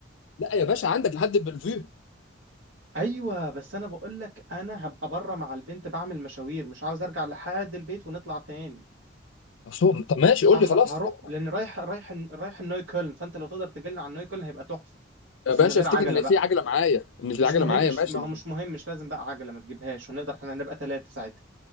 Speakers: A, on the left (about 75°); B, on the right (about 85°).
A: لا يا باشا عندك لحد بالفيو
B: ايوه بس انا بقول لك انا هبقى بره مع البنت بعمل مشاوير مش عاوز ارجع لحد البيت ونطلع تاني
A: أصلاً، طب ماشي قول
B: أه-
A: لي خلاص
B: هروح
A: لا
B: لان رايح رايح رايح النوي كولن فانت لو تقدر تجيلنا على النوي كولن هيبقى تحفه بس
A: يا باشا
B: من غير
A: افتكر
B: عجله
A: ان
B: بقى
A: في عجله معايا ان العجله
B: مش مهم
A: معايا
B: مش
A: ماشي
B: ما هو
A: ما
B: مش
A: احنا
B: مهم مش لازم بقى عجله ما تجيبهاش هنقدر احنا هنبقى ثلاثه ساعتها